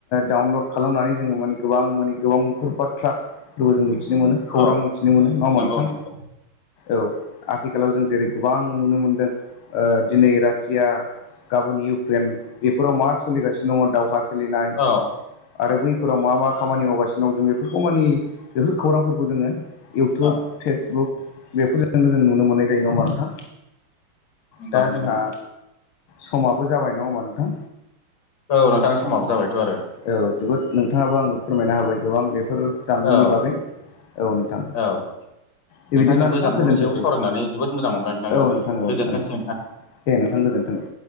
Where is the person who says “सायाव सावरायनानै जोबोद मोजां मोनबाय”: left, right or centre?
Left